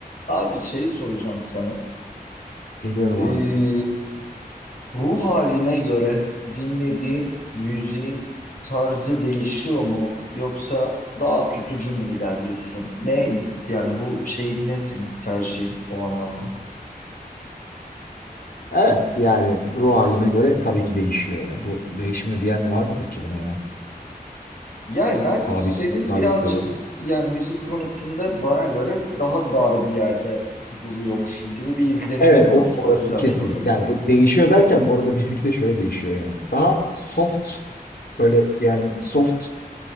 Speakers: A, on the left; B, on the left.
A: Abi şeyi soracağım sana.
B: Dinliyorum
A: Ee,
B: abi.
A: ruh haline göre dinlediğin müziğin tarzı değişiyor mu? Yoksa daha tutucu mu ilerliyorsun? Ne yani bu şeyin ne senin tercihin o anlamda?
B: Evet yani ruh halime göre tabii ki değişiyor ya. Bu değişmiyor diyen var mıdır ki buna ya?
A: Yani ben
B: Sabit,
A: senin
B: sabit
A: birazcık
B: kalalım.
A: yani müzik konusunda bana göre daha dar bir yerde duruyormuşum gibi bir izlenimim
B: Evet o
A: var.
B: orası
A: O yüzden
B: kesin.
A: soruyorum.
B: Yani bu değişiyor derken bu arada <laughs> benimki de şöyle değişiyor yani. Daha soft böyle yani soft